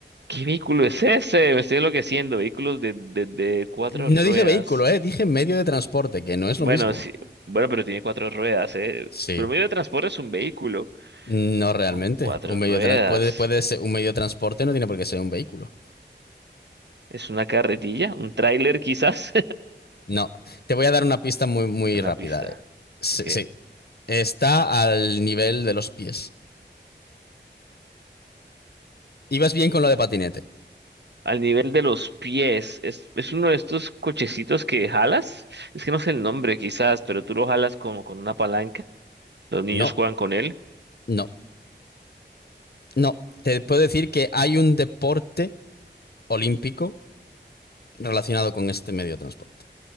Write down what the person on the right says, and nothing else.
¿Qué vehículo es ese? Me estoy enloqueciendo. Vehículos de, de, de cuatro
ruedas.
Bueno,
sí, bueno, pero tiene cuatro ruedas, ¿eh?
Pero medio de transporte es un vehículo
con cuatro
ruedas.
¿Es una carretilla? ¿Un tráiler quizás?
<laughs>
Una
pista.
Ok.
al nivel de los pies. Es, es uno de estos cochecitos que jalas. Es que no sé el nombre quizás, pero tú lo jalas como con una palanca. Los niños
juegan con él.